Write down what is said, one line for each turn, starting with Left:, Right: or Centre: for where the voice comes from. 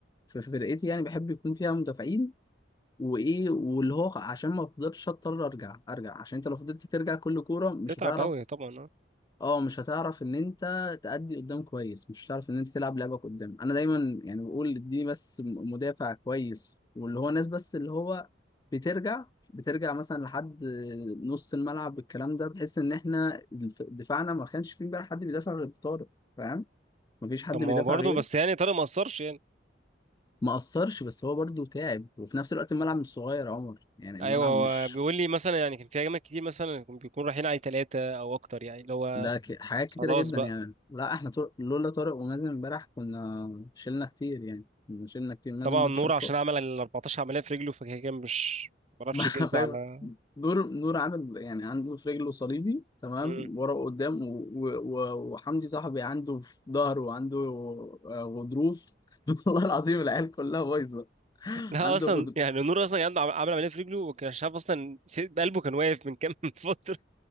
Left: في فرقتي يعني بحب يكون فيها مدافعين وايه واللي هو عشان ما افضلش اضطر ارجع ارجع عشان انت لو فضلت ترجع كل كوره مش
Right: تتعب
Left: هتعرف
Right: قوي طبعا اه
Left: اه مش هتعرف ان انت تأدي قدام كويس مش هتعرف ان انت تلعب لعبك قدام انا دايما يعني بقول دي بس م- مدافع كويس واللي هو ناس بس اللي هو بترجع بترجع مثلا لحد نص الملعب الكلام ده بحيث ان احنا الف- دفاعنا ما كانش فيه بقى حد بيدافع غير طارق فاهم مفيش حد
Right: طب ما
Left: بيدافع
Right: هو برضه
Left: غيره
Right: بس يعني طارق ما قصرش
Left: ما قصرش بس هو برضه تعب وفي نفس الوقت الملعب مش صغير يا عمر يعني
Right: ايوه
Left: الملعب
Right: هو
Left: مش
Right: بيقول لي مثلا يعني كان في ايام كتير مثلا بيكون رايحين عليه ثلاثه او اكتر يعني اللي هو
Left: ده ك... حاجات كتيرة
Right: خلاص
Left: جدا
Right: بقى
Left: يعني لا احنا طر... لولا طارق ومازن امبارح كنا شلنا كتير يعني كنا شلنا كتير مازن
Right: طبعا
Left: برضه
Right: نور
Left: شال
Right: عشان
Left: طارق
Right: عمل ال 14 عمليه في رجله فكده كان مش ما بيعرفش
Left: <laughs>
Right: يجز
Left: فاهم
Right: على
Left: نور نور عامل يعني عنده في رجله صليبي تمام
Right: مم.
Left: ورا وقدام و... و... وحمدي صاحبي عنده في ظهره وعنده آه، غضروف <laughs> والله العظيم العيال كلها بايظة
Right: لا
Left: عنده
Right: اصلا
Left: غضروف
Right: يعني نور اصلا كان عنده عم- عمل عمليه في رجله وكان مش عارف اصلا سي- قلبه كان واقف من كام <laughs> فتره